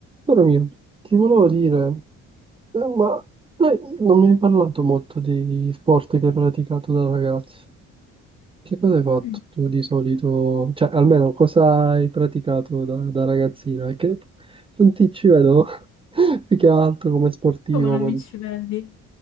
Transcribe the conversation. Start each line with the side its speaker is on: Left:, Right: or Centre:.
Right: Caro mio, ti volevo dire, eh, ma te non mi hai parlato molto di sport che hai praticato da ragazzo. Che cosa hai fatto
Left: Mm.
Right: tu di solito? Cioè, almeno cosa hai praticato da, da ragazzino? È che non ti ci vedo <laughs> più che altro come sportivo.
Left: Come non
Right: quando-
Left: mi ci vedi?